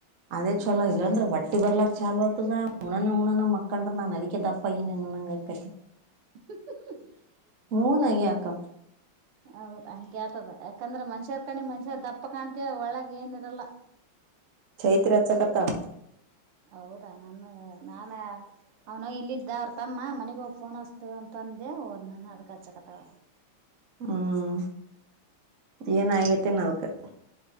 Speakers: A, on the right; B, on the right.
A: ಅದೇ ಚಲೋ ಇಲ್ಲಾಂದ್ರೆ ಹೋಟ್ಟಿ ಬರ್ಲಾಕ್ ಚಾಲೋವ್ ಆತದ ಉಣಾನ ಉಣಾನ ಮಕ್ಕೊಂಡ್ರ್ ನನ್ ಅದಿಕ್ಕೆ ದಪ್ಪಗಿನೇನು ಅನಂಗ <unintelligible>
B: <inaudible>
A: ಹ್ಞೂ ನಾ ಯಾಕ್
B: ಹೌದ್ ಹಂಗೆ ಆತದ ಯಾಕಂದ್ರೆ ಮನುಷ್ಯಾ ಕಣಿ ಮನಷ್ಯಾ ದಪ್ಪ ಕಾಣ್ತೀವ ಒಳಗ ಏನಿರಲ್ಲಾ
A: ಚೈತ್ರಾ ಹಚ್ಚಾ ಕತ್ತಾಳ
B: ಹೌದಾ ನನ್ನು ನಾನ ಅವ್ನು ಇಲ್ಲಿದ್ದ ಅವ್ರ ತಮ್ಮ ಮನೆಗ ಹೋಗಿ ಫೋನ್ ಹಚ್ತೀನಿಅಂತಂದೇ ಹೋದನೆ ನೋ ಅದಕ್ಕೆ ಹಚ್ಚತಾಳ
A: ಹ್ಮ್ ಏನ ಆಗೈತಿ ಅದಕ್ಕೆ